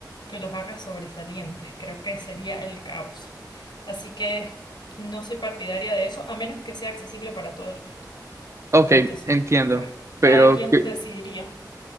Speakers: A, on the left; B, on the right.
A: que los haga sobresalientes. Creo que sería el caos. Así que no soy partidaria de eso, a menos que sea accesible para todo el mundo.
B: Ok,
A: Y entonces,
B: entiendo.
A: ca-
B: Pero,
A: cada quien decidiría.